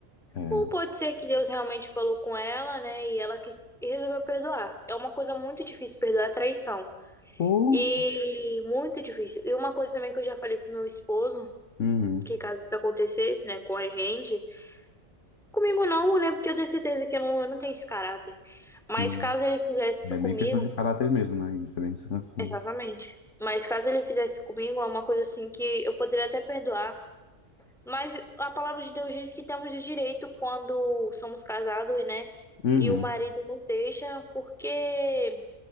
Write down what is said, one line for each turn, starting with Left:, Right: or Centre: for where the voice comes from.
Left: É.
Centre: Ou pode ser que Deus realmente falou com ela, né? E ela quis e resolveu perdoar. É uma coisa muito difícil perdoar a traição.
Left: Ou...
Centre: E muito difícil. E uma coisa também que eu já falei com meu esposo,
Left: Uhum,
Centre: que caso isso acontecesse, né, com a gente, comigo não, né? Porque eu tenho certeza que eu não, eu não tenho esse caráter. Mas
Left: sim.
Centre: caso ele fizesse isso
Left: É
Centre: comigo,
Left: bem questão de caráter mesmo, né? Isso é bem questão
Centre: exatamente.
Left: de...
Centre: Mas caso ele fizesse comigo, é uma coisa assim que eu poderia até perdoar. Mas a palavra de Deus diz que temos o direito quando somos casados, e, né?
Left: Uhum,
Centre: E o marido nos deixa porque